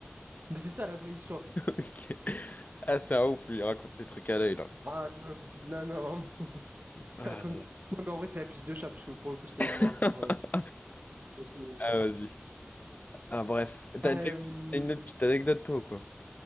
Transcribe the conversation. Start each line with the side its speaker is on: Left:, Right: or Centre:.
Right: Mais c'est ça la vraie histoire.
Left: Ok. Ah, c'est un ouf, lui, il raconte ses trucs à l'œil, là.
Right: Ah non, non, non, vraiment. Je
Left: Ah
Right: raconte-
Left: là là.
Right: Non, mais en vrai, c'est la piste de chat, parce que pour le coup, c'était
Left: <laughs>
Right: vraiment hardcore. ouais. Côté-
Left: Ah, vas-y. Ah, bref. T'as
Right: Euh,
Left: t'as- t'as une autre petite anecdote, toi, ou quoi?